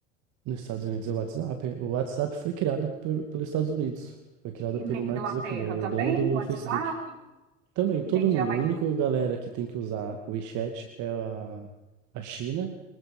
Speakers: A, on the right; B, on the right.
A: Nos Estados Unidos é o WhatsApp. O WhatsApp foi criado por- pelos Estados Unidos. Foi criado
B: E
A: pelo
B: na
A: Mark
B: Inglaterra
A: Zuckerberg, é
B: também,
A: o dono do
B: o WhatsApp?
A: Facebook. Também,
B: Entendi.
A: todo mundo.
B: Ah, mas,
A: A única galera que tem que usar o WeChat é a, a China.